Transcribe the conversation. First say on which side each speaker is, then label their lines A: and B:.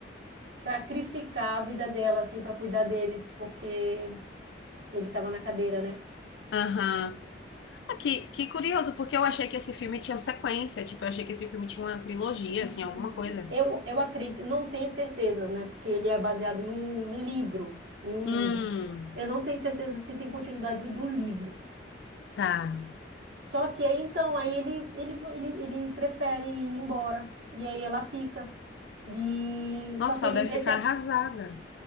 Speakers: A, on the right; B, on the left.
A: sacrificar a vida dela, assim, para cuidar dele, porque ele estava na cadeira, né?
B: Aham. Ah, Que, que curioso, porque eu achei que esse filme tinha sequência, tipo, eu achei que esse filme tinha uma trilogia,
A: Hum,
B: assim, alguma coisa.
A: eu, eu acredito, não tenho certeza, né? Porque ele é baseado no, no livro, em um
B: Hum,
A: livro. Eu não tenho certeza se tem continuidade do livro.
B: tá.
A: Só que aí, então, aí ele, ele, ele, ele prefere ir embora, e aí ela fica. E
B: Nossa,
A: só que ele
B: ela deve
A: deixa.
B: ficar arrasada.